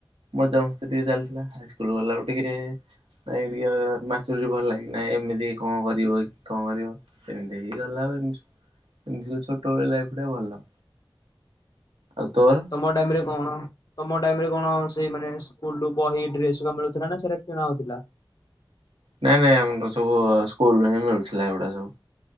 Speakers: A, on the right (about 85°); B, on the left (about 45°).
A: ମଜା ମସ୍ତି ଟିକେ ଚାଲିଥିଲା ହାଇସ୍କୁଲ ଗଲା ରୁ ଟିକେ। ନାଇଁ ଟିକେ ମାଛୁରୀ ବି ଭଲ ଲାଗେ ନାଇଁ ଏମିତି କଣ କରିବ କି କଣ କରିବ। ସେମିତି ହେଇଇଗଲା ଏମିତି ଛୋଟବେଳେ ଲାଇଫ ଟା ଭଲ। ଆଉ ତୋର?
B: ତମ ଟାଇମ୍ ରେ କଣ ତମ ଟାଇମ୍ ରେ କଣ ସେଇ ମାନେ ସ୍କୁଲୁ ରୁ ବହି ଡ୍ରେସ ହେରିଆ ମିଳୁଥିଲା ନା ସେରା କିଣାହଉଥିଲା?
A: ନାଇଁ ଭାଇ ଆମର ସବୁ ସ୍କୁଲରୁ ହିଁ ମିଳୁଥିଲା ଏଗୁଡା ସବୁ।